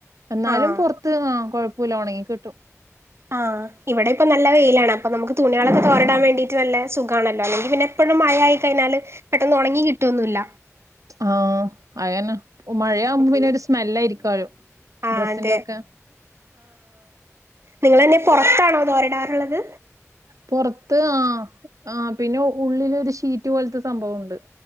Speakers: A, on the right; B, on the right.
A: എന്നാലും
B: ആഹ്
A: പുറത്ത് കൊഴ പുല ഉണങ്ങി കിട്ടും
B: ആഹ് ഇവിടെ ഇപ്പൊ നല്ല വെയിലാണ് അപ്പൊ നമുക്ക് തുണികളൊക്കെ തോരടാൻ വേണ്ടീട്ട് നല്ല സുഖമാണല്ലോ അല്ലെങ്കിൽ പിന്നെ ഇപ്പോഴും മഴ ആയി കഴിഞ്ഞാല് പെട്ടെന്ന് ഉണങ്ങി കിട്ടുവൊന്നല്ല
A: ആഹ അതനെ മഴയാവുമ്പോ
B: ഉം
A: പിന്നെ ഒരു സ്മെല്ല ആായിരിക്കുംാലോ
B: ആ
A: ഡ്രസ്സിന്റെൊക്കെ
B: അതെ നിങ്ങെന്നെ പുറത്താണോ എന്ന് പറ വിടാറുള്ളത്
A: പുറത്ത് ആഹ ആ പിന്നെ ഉള്ളില ഒരു ഷീറ്റ് പോലത്തെ സംഭവംുണ്ട്